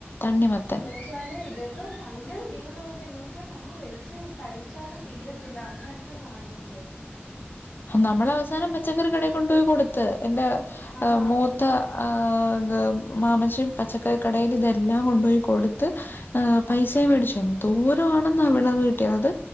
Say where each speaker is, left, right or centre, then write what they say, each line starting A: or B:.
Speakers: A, on the left; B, on the left.
A: തണ്ണിമത്തൻ
B: ച്ചാലെ വെര്ക്ക് ഭയങ്കര നീളോംകൂടെന്ന് വെച്ചാ നമ്മള് വെജ് കഴിച്ചാലും തീരത്തില്ല. അങ്ങൻ ത്തെ സാനങ്ങളും
A: നമ്മളവസാനം പച്ചക്കറി കടേ കൊണ്ടോയി കൊടുത്ത്. എന്റെ
B: ആഹ്
A: മൂ ത്ത ആഹ് ത് മാമച്ചി പച്ചക്കറിക്കടേല് തെല്ലാം കൊണ്ടോയി കൊട്ത്ത് ആഹ് പൈസേം വേടിച്ചു. എന്തോരാണെന്നൊ വെളവ് കിട്ടിയത്. അത്